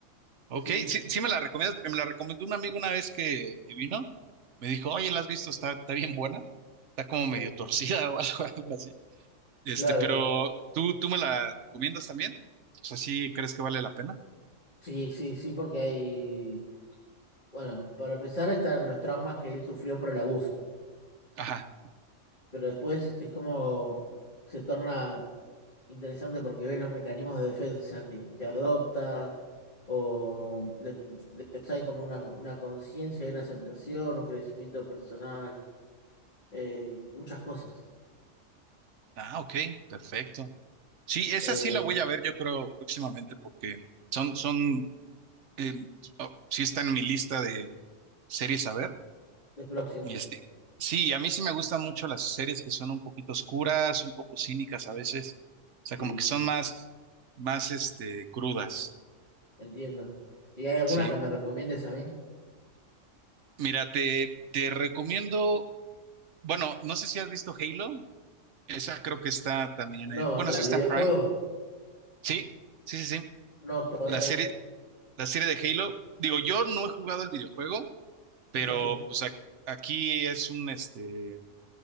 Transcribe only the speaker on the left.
Sí,
sí,
claro.
Sí, sí, sí, porque hay, bueno, para empezar están los traumas que él sufrió por el abuso.
pero después es como se torna interesante porque ves los mecanismos de defensa que, que adopta, o de- después hay como una, una conciencia, hay una aceptación, un crecimiento personal, eh, muchas cosas
eh,
de próximas,
sí,
entiendo. ¿Y hay alguna
que me recomiendes a mí?
No,
¿la
del
videojuego?
No, todavía
no
la vi.
Sí,
yo sí.